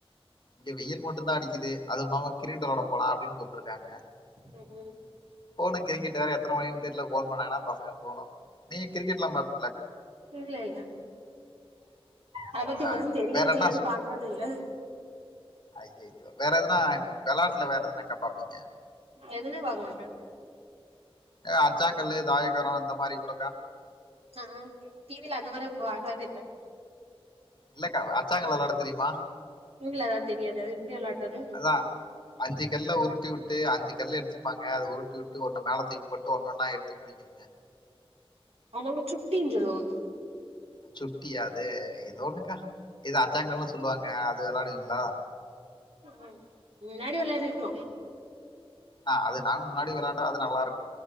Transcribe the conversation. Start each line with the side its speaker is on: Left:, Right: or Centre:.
Left: இங்க வெயில் மட்டுதான் அடிக்குது அது இல்லாம கிரிக்கெட் விளாடா போலன் அப்படின் கூப்ட்ருக்காங்க
Right: ம்
Left: போணு கிரிக்கெ்ட் வேற எத்தனை மணின்னு தெர்ல போன் பண்ணாங்கன்னா பசங்க போணு நீங்க கிரிக்கெட்லா பாப்
Right: இல்ல இல்ல அத பத்தி
Left: அஹ்
Right: ஒன்னு தெரியவு
Left: வேற என்ன
Right: செய்யாது பாக்குறது இல்ல
Left: ஐய்யய்யோ வேற எதுனா விளாட்டுல வேற என்னக்கா பாப்பீங்க
Right: எதுமே பாக்க மாட்ட
Left: ஏ் அச்சாங்கல்லு தாய <unintelligible> அந்த மாதிரி குடுக்கா
Right: ஆ டிவில அந்த மாரி பாக்கறதே இல்ல
Left: இல்லக்கா வேற ச்சாங்கல்லு வெளாட தெரியுமா
Right: இல்ல அதா தெரியாது அது எப்டி வெளாட்றது
Left: அதா அஞ்சி கல்ல உருட்டி வுட்டு அஞ்சி கல்ல எடுத்துப்பாங்க அத உருட்டி வுட்டு ஒன்ன மேல தூக்கி போட் டு ஒண்ணொன்னா எடுத்து புடிக்கனுங்க
Right: அவங்க சுட்டின் சொல்லுவாங்க
Left: சுட்டியா அது ஏதோ ஒண்ணுக்கா இது அச்சாங்கல்னு சொல்லுவாங்க அது வெளாடுவீங்களா
Right: ம் முன்னாடி வெளாடிருக்கோ
Left: ஆஹ் அதுங்க நாங் முன்னாடி விளாண்டா அது நல்லா இருக்கும்